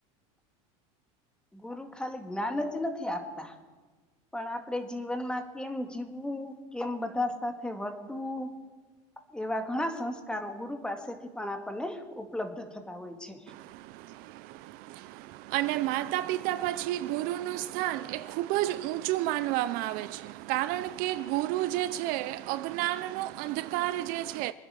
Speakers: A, in the centre; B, on the right.
A: ગુરુ ખાલી જ્ઞાન જ નથી આપતા પણ આપણે જીવનમાં કેમ જીવવું કેમ બધા સાથે વર્તવું એવા ઘણા સંસ્કારો ગુરુ પાસેથી પણ આપણને ઉપલબ્ધ થતા હોય છે.
B: <inaudible> અને માતા પિતા પછી ગુરુનું સ્થાન એ ખૂબ જ ઊંચું માનવામાં આવે છે. કારણ કે ગુરુ જે છે અજ્ઞાનનો અંધકાર જે છે